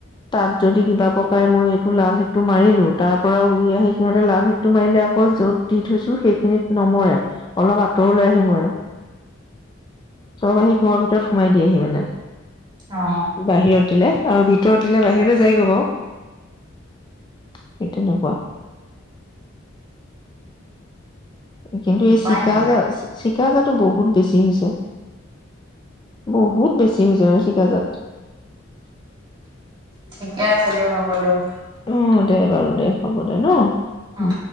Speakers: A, on the left; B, on the right.
A: তাত যদি কিবা পকাই মই এইটো লাল হিতটো মাৰিলো তাৰ পৰা উৰি আহি সিহঁতে লাল হিটটো মাৰিলে আকৌ যত দি থৈছো সেইখিনিত নমৰে অলপ আঁতৰলৈ আহি মৰে চব আহি ঘৰৰ ভিতৰত সোমাই দিয়েহি মানে।
B: অ
A: বাহিৰত দিলে আৰু ভিতৰতে বাহিৰলৈ যাইগৈ বাৰু সেই তেনেকুৱা। কিন্তু এই
B: উপায়
A: চিকা
B: নাই
A: যে চিকাজাটো বহুত বেছি হৈছে। বহুত বেছি হৈছে মানে চিকাজাত।
B: ঠিকে আছে দিয়ক হ'ব দিয়ক।
A: অ', দে বাৰু দে হ'ব দে ন'। উম
B: অ।